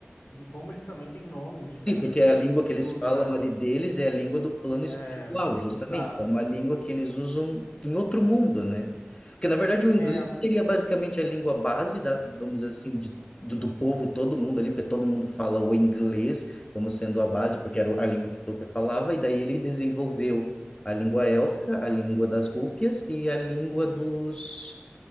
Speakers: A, on the left; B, on the left.
A: de como eles também têm nomes diferentes
B: Sim, porque
A: para
B: é a língua que eles
A: tudo,
B: falam
A: é,
B: ali deles é a língua do plano espiritual,
A: é,
B: justamente.
A: exato.
B: É uma língua que eles usam em outro mundo, né? Porque, na verdade, o inglês
A: É,
B: seria basicamente a língua base da, vamos dizer assim, de, do, do povo, todo mundo ali, porque todo mundo fala o inglês como sendo a base, porque era a língua que Tolkien falava, e daí ele desenvolveu a língua élfica, a língua das rúpias e a língua dos,